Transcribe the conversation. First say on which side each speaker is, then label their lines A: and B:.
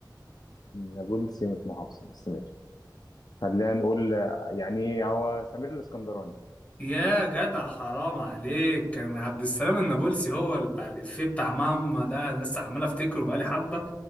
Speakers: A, on the left; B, on the left.
A: نابلسي مش محافظة بس ماشي خلينا نقول آه، يعني هو سمير الاسكندراني
B: يا جدع حرام عليك كان عبد السلام النابلسي هو اللي بتاع الإفيه بتاع ماما ده انا لسه عمال افتكره بقالي حبة